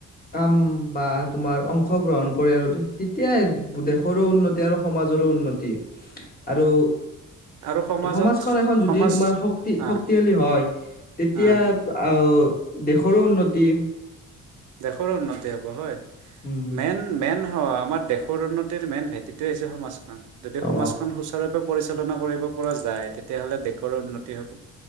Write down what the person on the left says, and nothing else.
কাম বা তোমাৰ অংশগ্ৰহণ কৰে আৰু তেতিয়া দেশৰো উন্নতি তে আৰু সমাজৰো উন্নতি আৰু
সমাজখন এখন যদি
তোমাৰ শক্তি-শক্তিশালী
হয়, তেতিয়া
আও দেশৰো উন্নতি।
উম
অ